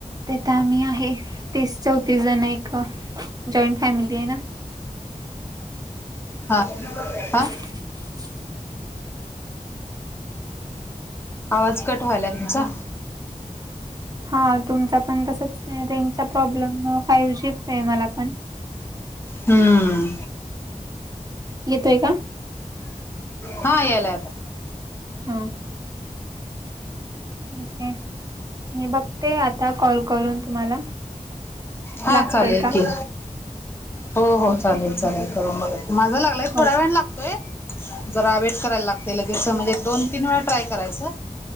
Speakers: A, on the right; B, on the left.
A: तीथ आम्ही आहे तीस, चौतीस जण आहे जॉईंट फॅमिली आहे ना.
B: हां हां.
A: <inaudible>
B: आवाज कट व्हायलाय तुमचा.
A: हा तुमचा पण तसच रेंजचा प्रॉब्लेम फाइव्ह जी आहे मला पण
B: हम्म
A: येतोय का
B: हा येला ययता
A: हा ठीक आहे मी बघते आता कॉल करून तुम्हाला
B: हा
A: लागतोय
B: चालेल
A: का?
B: की हो हो चालेल चालेल करून बघा माझा लागलाय थोड्या
A: हो
B: वेळानं लागतोय जरा वेट करायला लागतंय लगेच म्हणजे दोन तीन वेळा ट्राय करायचं